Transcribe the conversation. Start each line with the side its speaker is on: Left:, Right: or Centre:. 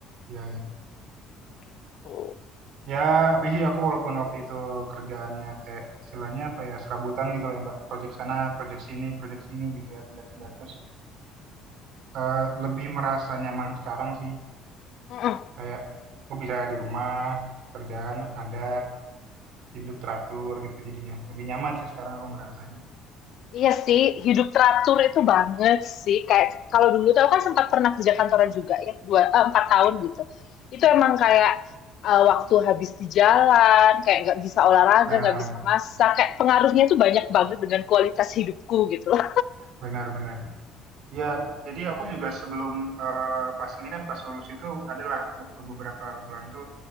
Right: Ya,
Left: gitu.
Right: ya apa sih aku walaupun waktu itu kerjaannya kayak istilahnya apa ya serabutan gitu lah ya Mbak. Project sana, project sini, project sini gitu ya pindah-pindah terus. Eh, lebih merasa nyaman sekarang sih.
Left: Mm-mm.
Right: Kayak gue bisa di rumah, kerjaan ada, hidup teratur gitu jadinya. Lebih nyaman sih sekarang aku ngerasanya.
Left: Iya sih, hidup teratur itu banget sih. Kayak kalau dulu tuh aku kan sempat pernah kerja kantoran juga ya, dua eh, empat tahun gitu. Itu emang kayak eh, waktu habis di jalan, kayak nggak bisa olahraga,
Right: Nah,
Left: nggak bisa masak. Kayak pengaruhnya tuh banyak banget dengan kualitas hidupku gitu loh.
Right: benar-benar. Ya, jadi aku juga sebelum eh, pas ini kan pas lulus itu adalah waktu beberapa bulan itu